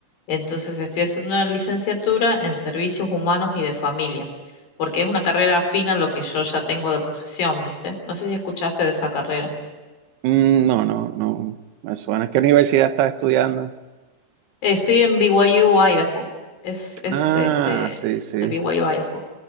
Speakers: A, on the left (about 55°); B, on the right (about 80°).
A: Entonces estoy haciendo una licenciatura en servicios humanos y de familia, porque es una carrera afina a lo que yo ya tengo de profesión, ¿viste? No sé si escuchaste de esa carrera.
B: Mm, No, no, no. Me suena. ¿Qué universidad estás estudiando?
A: Eh, estoy en BYU, Idaho. Es, es
B: Ah,
A: este,
B: sí, sí.
A: el BYU, Idaho.